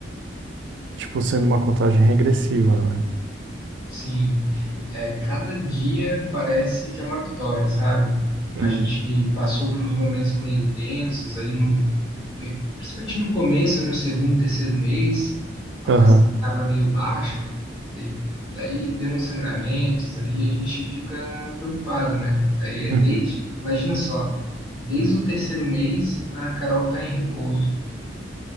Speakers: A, on the right (about 70°); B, on the left (about 25°).
A: tipo, sendo uma contagem regressiva, né?
B: Sim, é, cada dia parece que é uma vitória, sabe?
A: Uhum.
B: A gente passou por uns momentos meio tensos ali no, bem- principalmente no começo, ali no segundo, terceiro mês, a
A: Aham.
B: placenta estava meio baixa, e daí deu uns sangramentos ali, a gente fica preocupado, né? Daí é
A: Uhum.
B: desde, imagina só, desde o terceiro mês a Carol tá em repouso.